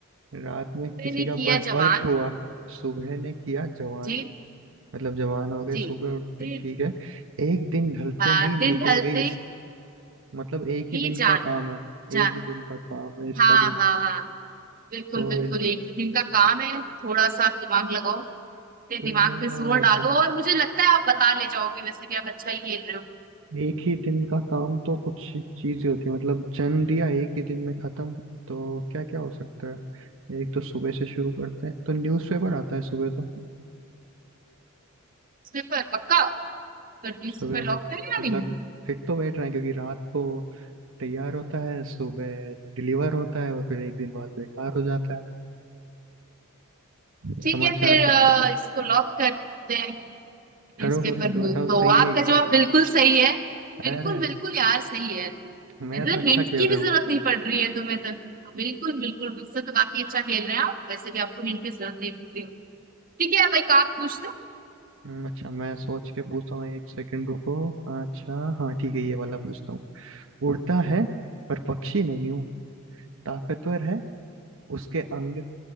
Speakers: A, on the right; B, on the right.
A: रात में
B: मैंने
A: किसी का
B: किया
A: ब-
B: जवान
A: बर्थ हुआ सुबह ने किया जवान
B: जी
A: मतलब जवान हो गए
B: जी
A: सुबह उठते
B: दिन
A: ठीक है एक दिन ढलते
B: हाँ
A: ही
B: दिन
A: निकल
B: ढलते
A: गई इस मतलब एक
B: ही
A: ही दिन
B: जान
A: का काम है
B: जान
A: एक ही दिन का काम है इसका
B: हाँ
A: कुछ
B: हाँ हाँ बिल्कुल
A: तो
B: बिल्कुल
A: इस
B: एक दिन का काम है थोड़ा सा दिमाग लगाओ अपने
A: तो
B: दिमाग पे जोर
A: मतलब
B: डालो और मुझे लगता है आप बता ले जाओगे वैसे भी आप अच्छा ही खेल रहे हो
A: एक ही दिन का काम तो कुछ चीजें होती है मतलब जन्म दिया एक ही दिन में खत्म तो क्या क्या हो सकता है एक तो सुबह से शुरू करते हैं तो न्यूज़पेपर आता है सुबह तो
B: इस पर पक्का पर न्यूज़पेपर
A: सुबह
B: लॉक
A: वो
B: करें या नहीं
A: लग फिट तो बैठ रहे हैं क्योंकि रात को तैयार होता है सुबह डिलीवर होता है और फिर एक दिन बाद बेकार हो जाता है समाचार
B: ठीक है फिर अ,
A: पत्र
B: इसको लॉक करते हैं न्यूज़पेपर
A: करो करो तो
B: को
A: बताओ सही
B: तो आपका
A: है ये।
B: जवाब बिल्कुल सही है
A: अरे
B: बिल्कुल बिल्कुल यार सही है तो
A: मैं तो अच्छा
B: हिंट
A: खेल
B: की
A: रहा
B: भी जरूरत
A: हूँ
B: नहीं पड़ रही है तुम्हें तो बिल्कुल बिल्कुल मुझसे तो काफी अच्छा खेल रहे हैं आप वैसे भी आपको हिंट की जरूरत नहीं पड़ रही ठीक है अब एक आप पूछ लो
A: हम्म, अच्छा मैं सोच के पूछता हूँ एक सेकंड रुको अच्छा हाँ ठीक है ये वाला पूछता हूँ उड़ता है पर पक्षी नहीं हूँ ताकतवर है उसके अंग